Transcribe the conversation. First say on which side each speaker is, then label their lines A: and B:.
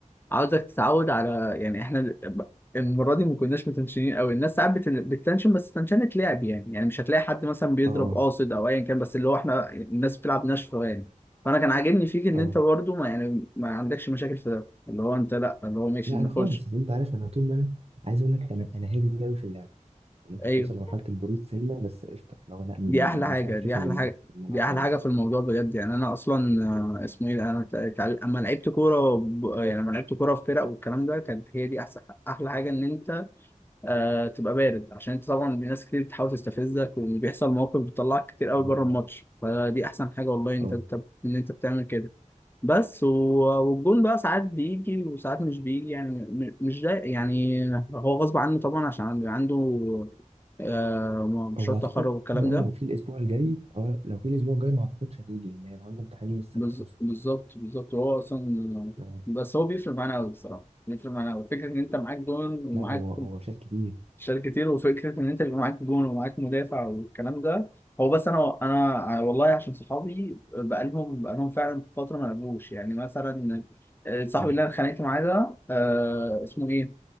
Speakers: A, on the left; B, on the right.
A: عاوزك تتعود على يعني احنا ب- المره دي ما كناش متنشنين قوي الناس ساعات بت- بتتنشن بس تنشنة لعب يعني يعني مش هتلاقي حد مثلا بيضرب
B: اه
A: قاصد او ايا كان بس اللي هو احنا الناس بتلعب ناشفه يعني فانا كان عاجبني فيك ان
B: اه
A: انت برضه ما يعني ما عندكش مشاكل في ده اللي هو انت لا اللي هو ماشي
B: لا انا
A: نخش
B: خالص انت عارف انا طول ما انا عايز اقول لك انا انا هادي قوي في اللعب ممكن
A: ايوه
B: توصل لمرحله البرود سنه بس قشطه لو لا ما
A: دي
B: ما-
A: احلى
B: ما بنفعلش
A: حاجه دي
B: في
A: احلى
B: الم-
A: حاجه
B: في الملعب
A: دي احلى
B: خالص
A: حاجه في الموضوع بجد يعني انا اصلا آه، اسمه ايه ده؟ انا تع- تع- اما لعبت كوره وب- يعني لما لعبت كوره في فرق والكلام ده كانت هي دي احسن احلى حاجه ان انت آه تبقى بارد عشان انت طبعا ناس كتير بتحاول تستفزك وبيحصل مواقف بتطلعك كتير قوي
B: اه اه
A: بره الماتش فدي احسن حاجه والله انت
B: اه
A: انت ان انت بتعمل كده بس و- والجون بقى ساعات بيجي وساعات مش بيجي يعني م- م- مش ده يعني هو غصب عنه طبعا عشان بيبقى عنده آه، مشروع
B: هو اعتقد
A: تخرج والكلام
B: اه
A: ده
B: لو في الاسبوع الجاي اه لو في الاسبوع الجاي ما اعتقدش هيجي لان هيبقى عنده امتحان يوم السبت
A: بز-
B: اصلا
A: بالظبط بالظبط هو اصلا
B: اه
A: بس هو بيفرق معانا قوي الصراحه بيفرق معانا قوي فكره ان انت معاك جون ومعاك
B: لا هو هو شال كتير
A: شال كتير وفكره ان انت بيبقى معاك جون ومعاك مدافع والكلام ده هو بس انا انا والله عشان صحابي بقالهم بقالهم فعلا فتره ما لعبوش يعني مثلا صاحبي
B: اه
A: اللي انا اتخانقت معاه ده آه اسمه ايه